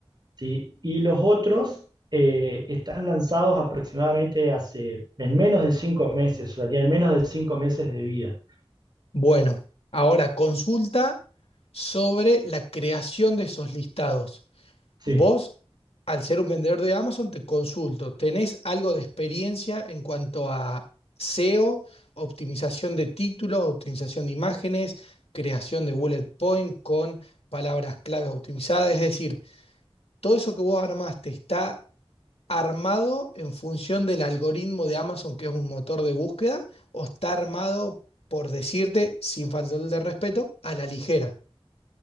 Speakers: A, on the right; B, on the left.
A: ¿sí? Y los otros eh, están lanzados aproximadamente hace, en menos de cinco meses, o sea, tienen menos de cinco meses de vida.
B: Bueno, ahora consulta sobre la creación de esos listados. Vos,
A: Sí,
B: al ser un vendedor de Amazon, te consulto, ¿tenés algo de experiencia en cuanto a SEO, optimización de títulos, optimización de imágenes, creación de bullet point con palabras clave optimizadas? Es decir, todo eso que vos armaste está armado en función del algoritmo de Amazon, que es un motor de búsqueda, o está armado, por decirte, sin faltarle de respeto, a la ligera.